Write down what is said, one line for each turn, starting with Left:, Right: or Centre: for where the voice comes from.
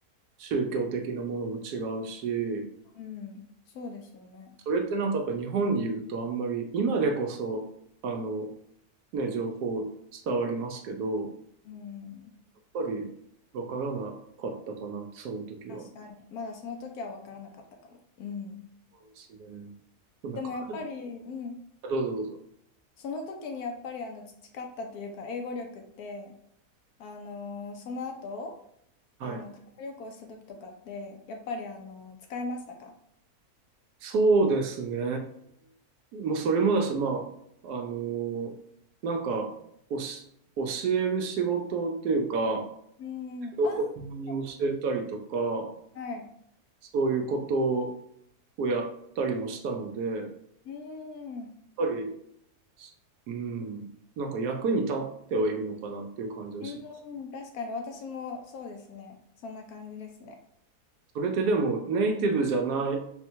Right: 宗教的なものも違うし、
Left: うん、そうですよね。
Right: それってなんかやっぱ日本にいるとあんまり、今でこそ、あの、ね、情報伝わりますけど、
Left: うん、
Right: やっぱりわからなかったかな、その時は。
Left: 確かに。まだその時は分からなかったかも。うん。
Right: そうですね。そんな感じ。
Left: でもやっぱり、うん、
Right: どうぞどうぞ。
Left: その時にやっぱりあの培ったというか、英語力って、あのーその後、
Right: はい。
Left: あの、海外旅行した時とかって、やっぱりあの使えましたか
Right: そうですね。もうそれもだし、まあ、あの、なんか、おし、教える仕事っていうか、
Left: うん、
Right: 子供に教えたりとか、
Left: あー、はい。
Right: そういうことをやったりもしたので、やっ
Left: うん、
Right: ぱり、うん、なんか役に立ってはいるのかなっていう感じはします。
Left: うん、確かに私もそうですね。そんな感じですね。
Right: それってでも、ネイティブじゃない、